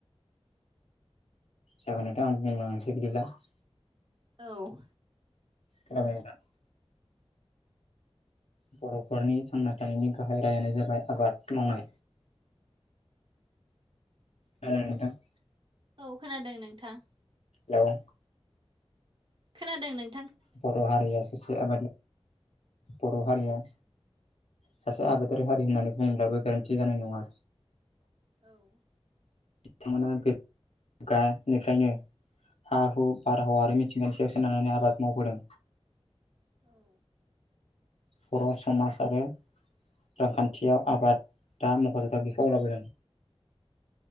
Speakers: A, on the left; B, on the right.
A: सेभेन आंनो सैला <inaudible> <unintelligible>
B: औ
A: खोनाबाय नोंथां बर'फोरनि सांना थानायनि गाहाय रायानो जाबाय आबाद मावनाय ज मथा <unintelligible> <inaudible>
B: औ खोनादों नोंथां
A: हेल'
B: खोनादों नों
A: बर' हारिया सासे आबाद बर' हारिया सासे आबादारि हारि होननानै बुङोब्लाबो गोरोन्थि जानाय नङा,
B: औ
A: बिथांमोना गानिफ्रायनो, हा हु बाराहावा आरो मिथिंगानि सायाव सोनारनानै आबाद मावबोदों
B: औ
A: बर' समाज आरो रांखान्थियाव आबाद दा मख'जाथाव बिफाव लाबोदों